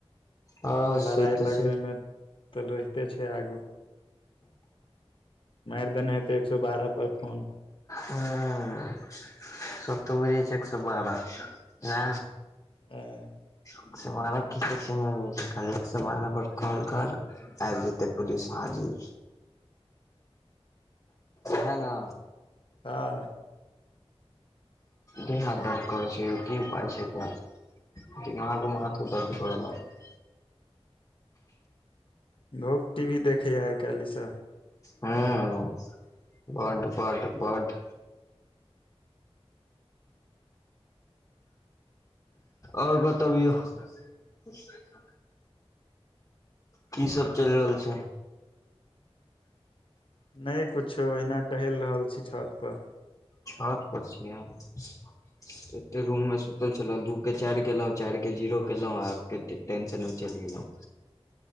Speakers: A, on the left (about 30°); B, on the left (about 55°).
A: हँ से
B: लड़ाइ
A: तऽ
B: लगबे
A: छै
B: मे तऽ रहिते छै आगू मारि देने हेते एक सो बारह पर फोन
A: ह सब तऽ बुझै छै एक सए बारह ह
B: ह
A: एक सए बारह की कह छै खाली एक सए बारह पर कॉल कर आबि जेतै पुलिस हाजिर है न
B: हँ
A: क हदर कर छै की पाय छै एकर दिमाग माठौ दर्द करऽ लागै
B: बहुत टी वी देखैय छैय आई काईल ईसब
A: ह बड बड बड आओर बतबियौ <inaudible> <unintelligible> की सब चलि रहल छै
B: नई कुछो अहिना टहैल रहल छी छत पर
A: छत पर छिये एते रूम मे ल छलहुँ दू के चारि केलहुँ चारिके जीरो केलहुँ आबके टेंशन मे चलि गेलहुँ